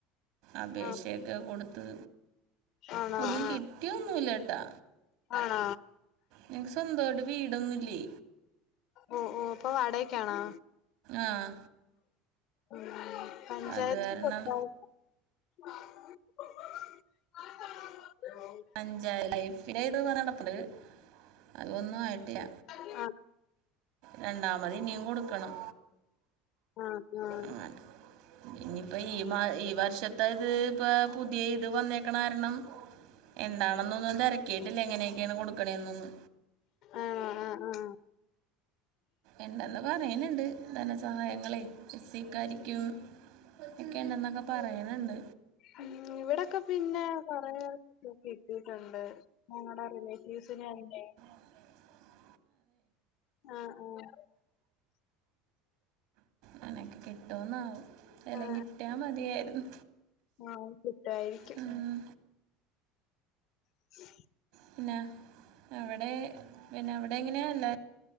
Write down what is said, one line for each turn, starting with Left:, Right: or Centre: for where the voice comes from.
Right: അപേക്ഷ
Left: ആഹ്
Right: ഒക്കെ കൊടുത്ത്
Left: ആണോ
Right: ഒന്നും
Left: ആഹ്
Right: കിട്ടിയൊന്നുല്ല ട്ടാ
Left: ആണോ
Right: ഞങ്ങ്ക്ക് സ്വന്തായിട്ട് വീടൊന്നുംല്ലേ
Left: ഓ ഓ അപ്പൊ വാടയ്ക്കാണോ
Right: ആഹ്
Left: ഉം പഞ്ചായത്ത്
Right: അത് കാരണം
Left: കൊട്ത്താല് <inaudible>
Right: അഞ്ചാ ലൈഫില് ഇത് പറ നടപ്പ്ട്ട് അതൊന്നും ആയിട്ടില്ല
Left: ആഹ്
Right: രണ്ടാമത് ഇനിയും കൊടുക്കണം
Left: ആഹ് ആഹ്
Right: <unintelligible> ഇനിയിപ്പ ഈ മാ ഈ വർഷത്തെ ഇത് ഇപ്പ പുതിയെ ഇത് വന്നേക്കണ കാരണം എന്താണെന്നൊന്നും തിരക്കിയിട്ടില്ല എങ്ങനെയൊക്കെയാണ് കൊടുക്കണേ എന്നൊന്നു
Left: ആഹ്ആഹ്ആഹ്
Right: ഇണ്ടന്ന് പറയ് ണ് ണ്ട് ധനസഹായങ്ങളെ എസിക്കാരിക്കും ഒക്കെ ണ്ടന്നൊക്കെ പറയ് ണ് ണ്ട്
Left: ഉം ഇവിടെക്കെ പിന്നെ കൊറെ കിട്ടീട്ടുണ്ട് ഞങ്ങളടെ റിലേറ്റീവ്സന്ന്നെ
Right: <inaudible>
Left: ആഹ് ആഹ്
Right: നിനക്ക് കിട്ടോന്നാവും നല
Left: ആഹ്
Right: കിട്ടിയാ മതിയായിരുന്നു
Left: ആഹ് കിട്ടായിരിക്കും
Right: ഉം.
Left: <inaudible>
Right: പിന്നാ അവിടെ പിന്നെ അവിടെ എങ്ങനെയാ അല്ല